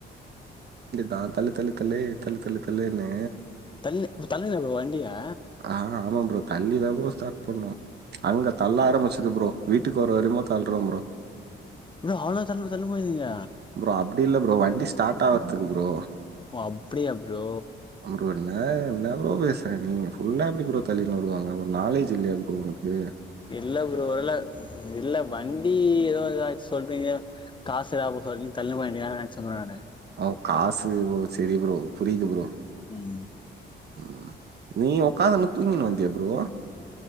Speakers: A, on the right; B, on the left.
A: தான் தள்ளு தள்ளு தள்ளு தள்ளு தள்ளு தள்ளுனு
B: தள்ளு தள்ளுணி ப்ரோ வண்டியா
A: ஆ ஆமா ப்ரோ. தள்ளி பரோ ஸ்டார்ட் பண்ணோ அங்க தள்ள ஆரம்பிச்சுது ப்ரோ வீட்டுக்கு ஒரு வரையுமோ தள்ளறோ ப்ரோ
B: ப்ரோ அவளோ தள்ள தள்ளு போயிந்தீங்க
A: ப்ரோ அப்படி இல்ல ப்ரோ. வண்டி ஸ்டார்ட் ஆகறதுக்கு ப்ரோ
B: ஓ அப்படியா ப்ரோ
A: ப்ரோ என்ன என்ன ப்ரோ பேசுறீங்க நீ ஃபுல்லா எப்படி ப்ரோ தள்ளின்னு வருவாங்க ஒரு நாலேஜ் இல்லையா ப்ரோ உனுக்கு
B: இல்ல ப்ரோ உரல இல்ல வண்டி ஏதோ ஏதாச்சும் சொல்றீங்க காசு அப்பப்ப தள்ளு வண்டியே நினைச்சேன் ப்ரோ நானு
A: அஹ காசு போ சரி ப்ரோ புரியுது ப்ரோ
B: உம்
A: உம் நீ உக்காந்துன்னு தூங்கின வந்தியா ப்ரோ